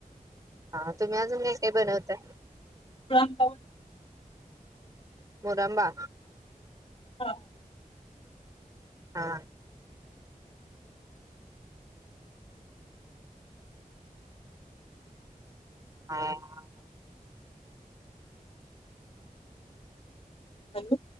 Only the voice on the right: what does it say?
हा तुम्ही अजून काय काय बनवताय?
मुरांबा
हा हा आ